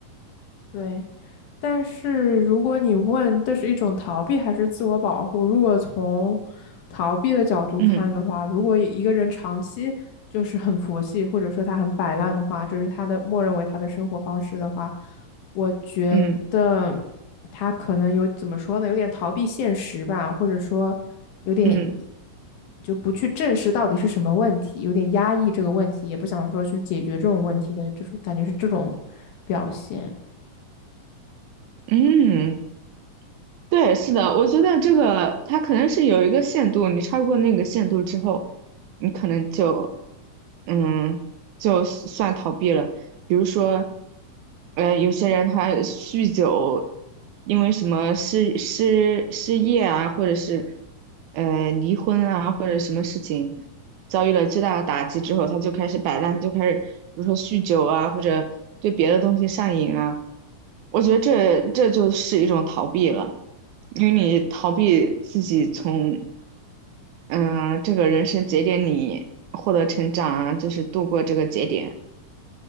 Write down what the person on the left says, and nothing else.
对，但是如果你问这是一种逃避还是自我保护，如果从逃避的角度看的话，
如果一个人长期就是很佛系，或者说他很摆烂的话，就是他的默认为他的生活方式的话，我觉得
他可能有怎么说呢，有点逃避现实吧，或者说有点
就不去正视到底是什么问题，有点压抑这个问题，也不想说去解决这种问题的这种感觉是这种表现。